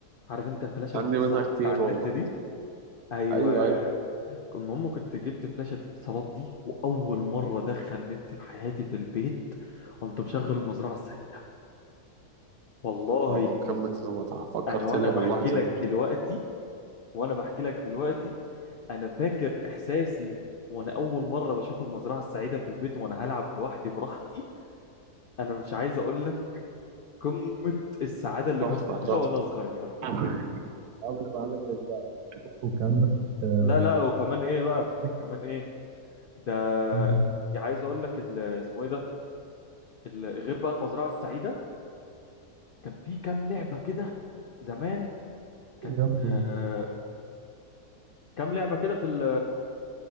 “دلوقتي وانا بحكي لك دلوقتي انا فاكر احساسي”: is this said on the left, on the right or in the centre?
Left